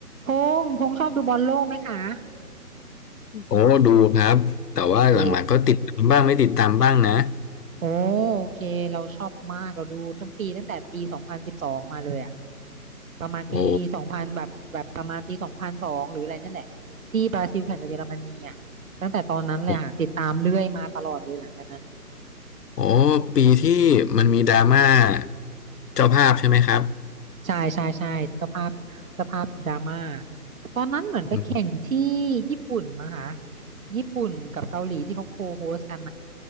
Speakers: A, on the right; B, on the left.
A: พงษ์พงษ์ชอบดูบอลโลกไหมคะ
B: โอ้ดูครับแต่ว่าหลังๆก็ติดตามบ้างไม่ติดตามบ้างนะ
A: ดูโอ้โอเคเราชอบมากเราดูตั้งปีตั้งแต่ปีสองพันสิบสองมาเลยอะประมาณปีสองพันแบบแบบประมาณปีสองพันสองหรืออะไรนั่นแหละที่บราซิลแข่งกับเยอรมนีอะตั้งแต่ตอนนั้นเลยค่ะติดตามเรื่อยมาตลอดเลยหลังจากนั้น
B: โอ้โอ้โอ้ปีที่มันมีดราม่าเจ้าภาพใช่ไหมครับ
A: ใช่ใช่ใช่เจ้าภาพเจ้าภาพดราม่าตอนนั้นเหมือนไปแข่งที่
B: อืม
A: ญี่ปุ่นมั้งคะญี่ปุ่นกับเกาหลีที่เขาโคโฮสกัน